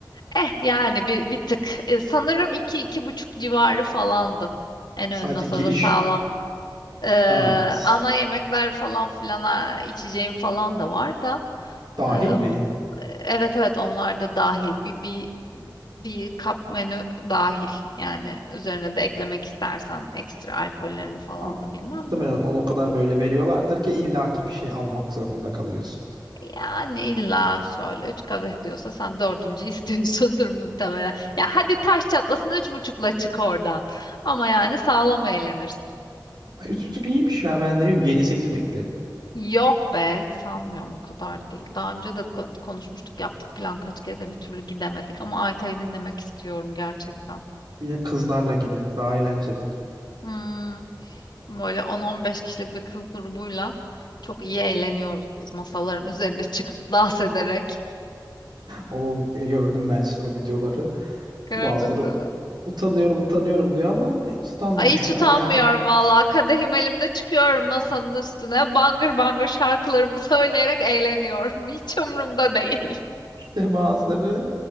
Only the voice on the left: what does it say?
Eh yani bir, bir tık. Ee, sanırım iki iki buçuk civarı falandı. En
ön masada
sağlam. Ee,
ana yemekler falan filana içeceğim falan da var da.
Ee,
o- evet evet onlar da dahil. Bir, bir bir kap menü dahil. Yani üzerine de eklemek istersen ekstra alkollerini falan
da bilmem
de.
Yani illa şöyle üç kadeh diyorsa sen dördüncü istiyorsundur <laughs> muhtemelen. Ya hadi taş çatlasın üç buçukla çık oradan. Ama yani sağlam eğlenirsin.
Yok be hiç sanmıyorum o kadar değil. Daha önce de ko- konuşmuştuk yaptık plan kaç kere de bir türlü gidemedik. Ama Ayta'yı dinlemek istiyorum gerçekten.
Hmm. Böyle 10-15 kişilik bir kız grubuyla çok iyi eğleniyoruz biz masaların üzerine çıkıp dans ederek.
Gördün
değil mi?
Ay hiç utanmıyorum
valla. Kadehim elimde çıkıyorum masanın üstüne. Bangır bangır şarkılarımı söyleyerek eğleniyorum. <laughs> Hiç umurumda değil.